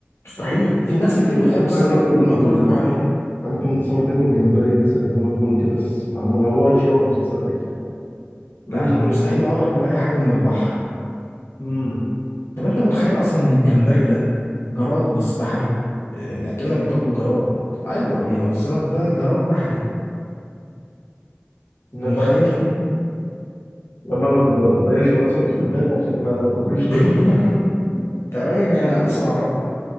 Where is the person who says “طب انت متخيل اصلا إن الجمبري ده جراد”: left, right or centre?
Left